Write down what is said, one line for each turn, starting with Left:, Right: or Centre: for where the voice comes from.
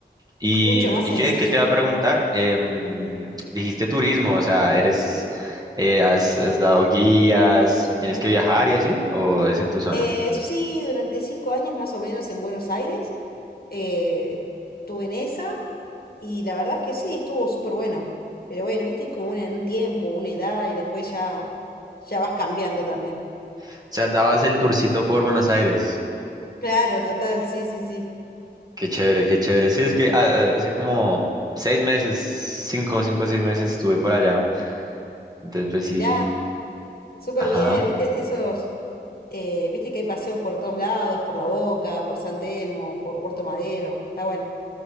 Right: ¿Y,
Left: mucho más
Right: y
Left: sencillo.
Right: qué, qué te va a preguntar? Em, dijiste turismo, o sea, eres, eh, has, has dado guías, tienes que viajar y así, o es en tu zona?
Left: Eh, sí, durante cinco años más o menos en Buenos Aires, eh, estuve en esa y la verdad es que sí, estuvo súper bueno. Pero bueno, viste, es como una- un tiempo, una edad y después ya, ya vas cambiando también.
Right: O sea, dabas el tourcito por Buenos Aires.
Left: Claro, total, sí, sí, sí.
Right: Qué chévere, qué chévere. Sí, es que ah, ah, hace como seis meses, cinco, cinco o seis meses estuve por allá. Entonces, pues
Left: Mirá,
Right: sí,
Left: súper
Right: ajá,
Left: bien, viste, esos, eh, viste que hay paseos por todos lados, por La Boca, por San Telmo, por Puerto Madero, está bueno.